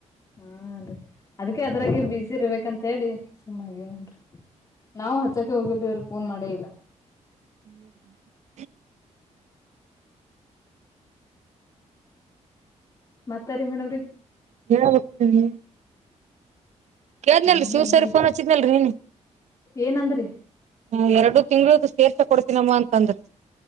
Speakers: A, on the left; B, on the right.
A: ಹಾ ರೀ ಅದಕ್ಕೆ ಅದ್ರಾಗ ಬಿಸಿ ಇರ್ಬೇಕಂತ ಹೇಳಿ ಸುಮ್ಮಾನಾಗಿವ ನೋಡ್ರಿ. ನಾವು ಹಚ್ಚಾಕೆ ಹೋಗಿಲ್ರಿ ಅವ್ರು ಪೋನ್ ಮಾಡೇ ಇಲ್ಲ.
B: ಹ್ಮ್
A: ಮತ್ತಾರಿ ಮೇಡಮ್ ರೀ
B: ಏಳ್ ಹೋಗ್ತಿವಿ. ಕೇಳ್ನಲ್ರಿ
A: ಹ್ಮ್
B: ಶಿವ ಸರಿಗ್
A: ಏ
B: ಫೋನ್ ಹಚ್ಚಿದ್ನಲ್ರರಿ ನೆನ್ನೀ.
A: ಏನಂದ್ರಿ
B: ಹ ಎರಡು ತಿಂಗಳ್ದು ಸೇರ್ಸಾ ಕೊಡ್ತೀನಮ್ಮ ಅಂತ ಅಂದ್ರು.